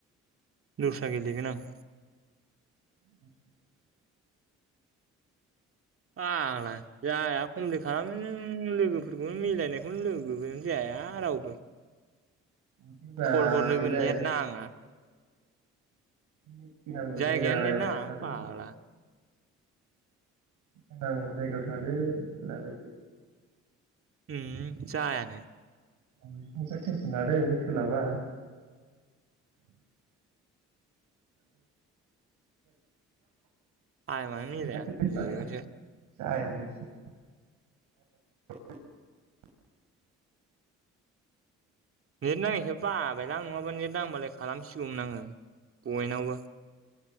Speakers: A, on the right (about 45°); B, on the right (about 85°).
A: दस्रा गेलेगोन आं
B: <inaudible>
A: फाग्ला जाया कमप्लिट खालामनोनो लोगोफोरखौनो मिलायनायखौनो लोगोफोरनो जाया रावबो
B: हरदोब्रा
A: खल हरनोबो
B: इलाय
A: नेट नाङा
B: नेट गोनां
A: जायगायानो
B: जायगायाव
A: नेट नाङा
B: थादों।
A: फाग्ला
B: उदां जायगायाव थादो लारायदो।
A: उम हम जायानो।
B: आं एसे टेनसन लादों सोलाबा <inaudible>
A: टाइम आनो
B: नोंस्रा
A: मिलाया
B: टेनसन
A: <unintelligible>
B: लानाया जाया नोंसिनि <inaudible>
A: नेट नाङैखो बाबायलां नङाबा नेट नांबालाय खालामसिगौमोन आङो बयनावबो।